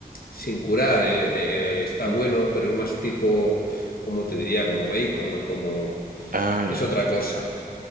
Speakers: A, on the left; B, on the right.
A: sin curar, eh,
B: ujú.
A: eh, está bueno, pero es más tipo, como te diría, como bacon o como...
B: Ah, ya.
A: es otra cosa.